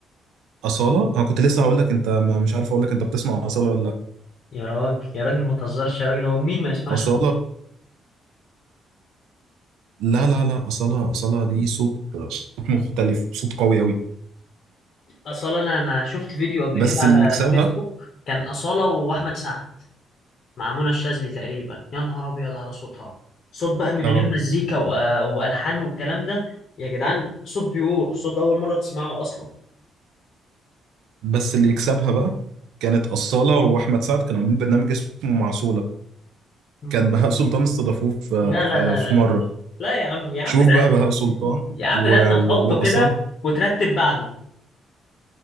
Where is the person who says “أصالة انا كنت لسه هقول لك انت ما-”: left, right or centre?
Right